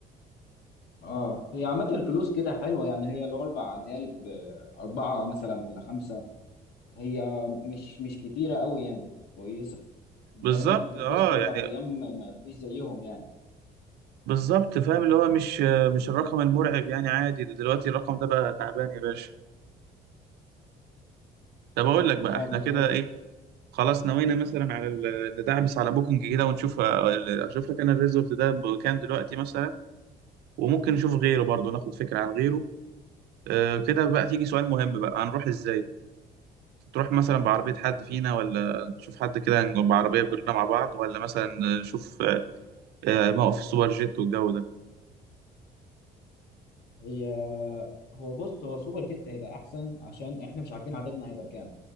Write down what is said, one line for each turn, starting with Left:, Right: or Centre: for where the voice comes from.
Left: اه هي عامه الفلوس كده حلوه يعني هي الاربع ليالي باربعه مثلا ولا خمسه هي مش مش كتيرة قوي يعني كويسة بما
Right: بالظبط
Left: انك هتتبسط
Right: اه
Left: اربع
Right: يعني
Left: ايام ما ما فيش زيهم يعني
Right: بالظبط فاهم اللي هو مش آه، مش الرقم المرعب يعني عادي ده دلوقتي الرقم ده بقى تعبان يا باشا طب أقول لك بقى
Left: اه
Right: احنا
Left: بالظبط
Right: كده ايه خلاص نوينا مثلا على ال- ندعبس على بوكينج كده ونشوف اشوف لك انا الريزورت ده بكام دلوقتي مثلا وممكن نشوف غيره برضو ناخد فكرة عن غيره آه كده بقى تيجي سؤال مهم بقى هنروح ازاي تروح مثلا بعربية حد فينا ولا نشوف حد كده نجيب بعربية كلنا مع بعض ولا مثلا نشوف آه موقف سوبر جيت والجو ده
Left: هي هو بص هو سوبر جيت هيبقى احسن عشان احنا مش عارفين عددنا هيبقى كام